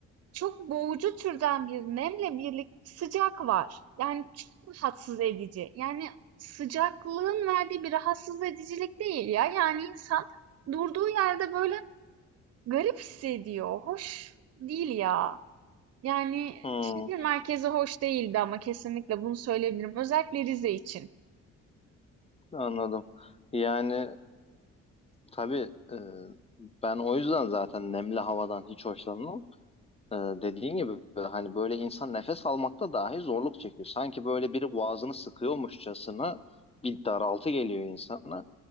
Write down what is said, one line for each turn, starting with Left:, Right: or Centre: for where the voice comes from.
Right: çok boğucu türden bir nemle birlikte sıcak var. Yani çok rahatsız edici. Yani sıcaklığın verdiği bir rahatsız edicilik değil ya. Yani insan durduğu yerde böyle garip hissediyor. Hoş değil ya. Yani
Left: hı.
Right: şehir merkezi hoş değildi ama kesinlikle bunu söyleyebilirim. Özellikle Rize için.
Left: Anladım. Yani e, tabii e, ben o yüzden zaten nemli havadan hiç hoşlanmam. Ee, dediğin gibi hani böyle insan nefes almakta dahi zorluk çekiyor. Sanki böyle biri boğazını sıkıyormuşçasına bir daraltı geliyor insana.